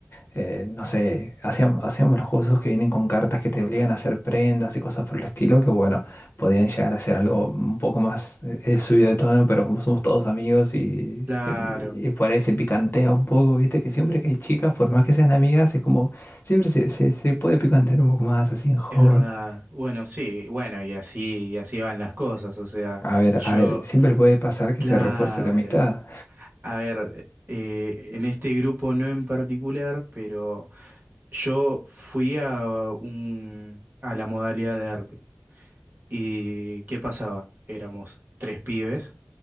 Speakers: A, on the left (about 50°); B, on the right (about 45°).
A: eh, no sé, hacíamos, hacíamos los juegos esos que vienen con cartas que te obligan a hacer prendas y cosas por el estilo, que bueno, podían llegar a ser algo un poco más eh, eh, subido de tono, pero como somos todos amigos y,
B: Claro,
A: eh, y por ahí se picantea un poco, viste, que siempre que hay chicas, por más que sean amigas, es como, siempre se, se, se puede picantear un poco más, así en joda.
B: es verdad. Bueno, sí, bueno, y así, y así van las cosas, o sea,
A: A ver,
B: yo,
A: a ver, siempre puede pasar que
B: claro.
A: se refuerce la amistad.
B: A ver, eh, en este grupo no en particular, pero yo fui a un, a la modalidad de arte. ¿Y qué pasaba? Éramos tres pibes